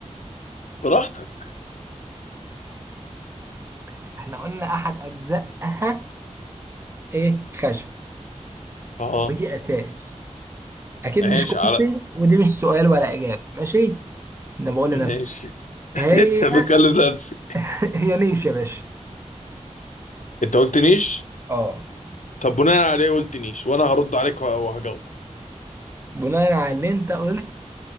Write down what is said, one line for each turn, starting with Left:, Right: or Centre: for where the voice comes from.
Left: براحتك
Right: <laughs> احنا قلنا أحد أجزائها إيه خشب
Left: اه
Right: وهي أساس أكيد
Left: ماشي
Right: مش كرسي
Left: على
Right: ودي مش سؤال ولا إجابة ماشي أنا بقول
Left: ماشي
Right: لنفسي هي
Left: <laughs> بكلم نفسي
Right: <laughs> هي نيش يا باشا
Left: انت قلت نيش
Right: اه
Left: طب بناء عليه قلت نيش وانا هرد عليك وهجاوب
Right: بناء على اللي انت قلت